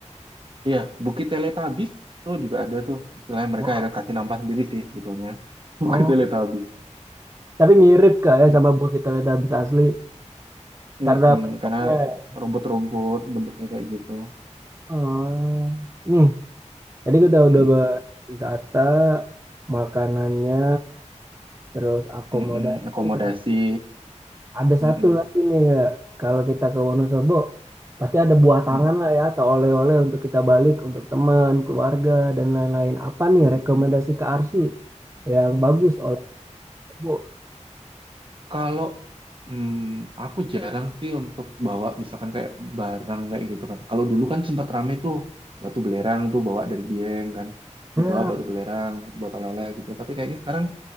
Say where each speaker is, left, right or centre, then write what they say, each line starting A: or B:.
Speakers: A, on the right; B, on the right.
A: iya, Bukit Teletubbies itu juga ada tuh. Istilahnya mereka
B: Wah,
A: akhirnya kasih nama sendiri sih sebetulnya. <laughs> Bukit
B: oh,
A: Teletubbies.
B: tapi mirip kak ya
A: It-
B: sama buah kita lihat habis asli karena
A: Mm-mm,
B: bentuknya.
A: karena
B: ya.
A: rumput-rumput bentuknya kayak gitu.
B: Hmm. Nih, jadi kita udah
A: Mm-mm,
B: bahas wisata, makanannya, Terus akomodasi.
A: mm-mm, Akomodasi.
B: Kak. Ada
A: Mm-mm,
B: satu lagi nih Kak. Kalau kita ke Wonosobo pasti ada buah tangan
A: mm-mm,
B: lah ya atau oleh-oleh untuk kita balik untuk teman, keluarga dan lain-lain. Apa nih
A: mm-mm.
B: rekomendasi ke Arsi yang bagus oleh Bu?
A: Kalau hmm, aku jarang sih untuk bawa misalkan kayak barang kayak gitu kan. Kalau dulu kan sempat rame tuh batu belerang tuh bawa dari Dieng kan.
B: Ya,
A: Dibawa batu belerang buat oleh-oleh gitu. Tapi kayaknya sekarang